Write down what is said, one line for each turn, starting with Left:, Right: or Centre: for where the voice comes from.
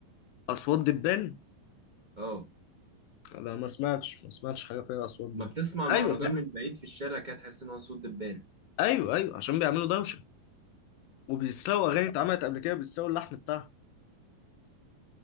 Left: اصوات دبان
Right: اه
Left: انا ما سمعتش ما سمعتش حاجه فيها اصوات دبان
Right: ما بتسمع
Left: بس
Right: المهرجان
Left: ايوه
Right: من بعيد في الشارع كده تحس ان هو صوت دبان
Left: ايوه ايوه عشان بيعملوا دوشه وبيسرقوا
Right: اه
Left: اغاني اتعملت قبل كده بيسرقوا اللحن بتاعها